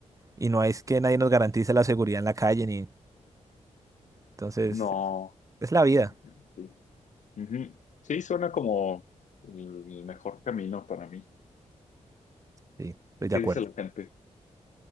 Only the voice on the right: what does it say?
y no es que nadie nos garantice la seguridad en la calle, ni... Entonces,
es la vida.
Sí, estoy de
acuerdo.